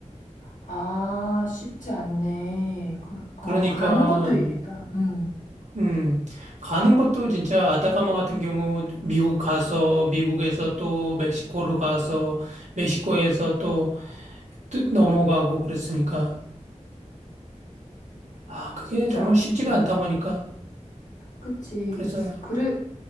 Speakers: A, on the left (about 85°); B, on the right (about 65°).
A: 아, 쉽지 않네. 그, 어,
B: 그러니까
A: 가는 것도 일이다. 음.
B: 음, 가는 것도 진짜 아타카마 같은 경우 미국 가서 미국에서 또 멕시코로 가서 멕시코에서 또, 또 넘어가고 그랬으니까
A: 와,
B: 아, 그게
A: 쉽지
B: 정말
A: 않구나.
B: 쉽지가 않다 보니까
A: 그치.
B: 그래서
A: 그래,